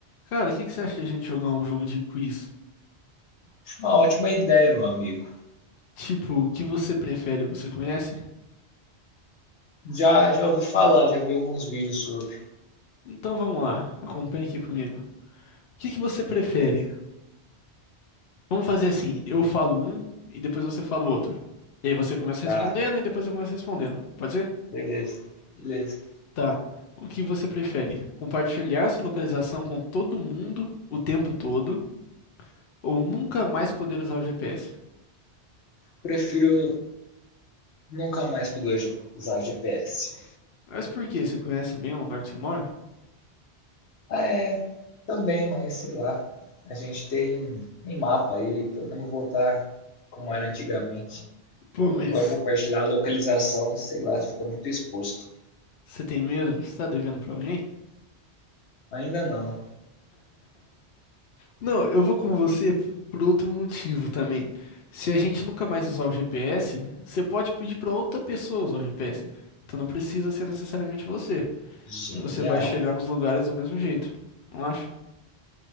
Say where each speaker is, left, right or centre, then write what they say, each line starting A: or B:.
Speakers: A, on the left; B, on the left.
A: Cara, o que que você acha de a gente jogar um jogo de quiz?
B: Acho uma ótima ideia, meu amigo.
A: Tipo, o que você prefere, você conhece?
B: Já, já ouvi falar, já vi alguns vídeos sobre.
A: Então vamos lá, acompanha aqui comigo. O que que você prefere? Vamos fazer assim, eu falo um e depois você fala o outro. E aí você começa
B: Tá,
A: respondendo e depois eu começo respondendo. Pode ser?
B: beleza, beleza.
A: Tá. O que você prefere? Compartilhar sua localização com todo mundo o tempo todo ou nunca mais poder usar o GPS?
B: Prefiro nunca mais poder usar GPS.
A: Mas por quê? Você conhece bem o lugar onde você mora?
B: Ah, é, também, mas sei lá. A gente tem, tem mapa aí, podemos voltar como era antigamente.
A: Pô, mas
B: Agora compartilhar a localização, sei lá, ficou muito exposto.
A: você tem medo? Você tá devendo pra alguém?
B: Ainda não.
A: Não, eu vou com você por outro motivo também. Se a gente nunca mais usar o GPS, você pode pedir para outra pessoa usar o GPS. Então não precisa ser necessariamente você,
B: Genial.
A: que você vai chegar nos lugares do mesmo jeito. Não acha?